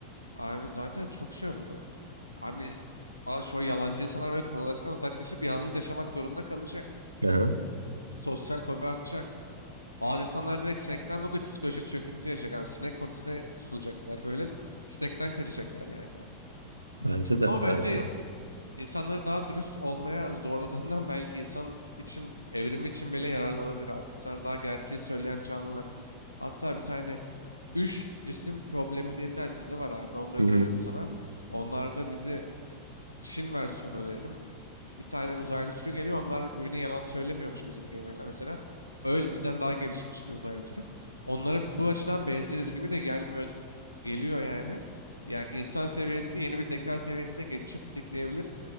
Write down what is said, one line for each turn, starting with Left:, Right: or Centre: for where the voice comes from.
Left: Abi zaten çok şey olur böyle. Abi bazı şu yalancı insanlar böyle kalabalıktan uzaklaşıp yalnız yaşamak zorunda kalacak.
Right: Aha,
Left: Sosyal fobi artacak. Bazı insanlar direkt sinekten dolayı psikolojik çöküntü yaşayacak abi. Sinek fobisine tutulacaklar böyle. Sinekten kaçacaklar yani abi.
Right: bence de,
Left: Ama bence
Right: bence de.
Left: insanları daha dürüst olmaya zorladığından belki insanın için, evrimi için bile yararlı olabilir abi. İnsanlar daha gerçeği söyleyen canlılar. Hatta bir tane Üç Cisim Problemi diye bir tane dizi var abi. Onu da öneririm
Right: Hı hı,
Left: sana. Onlarda bizi Çin versiyonu öneririm. Bir tane uzaylı türü geliyor. Onlar birbirine yalan söylemiyormuş bizim gibi mele- mesela. Öyle bizden daha gelişmiş bir uzaylı türü. Onlara bu açıdan benzeriz gibi de gelmiyor, geliyor yani. Yani insan seviyesi yeni bir zeka seviyesine geçişi tetikleyebilir.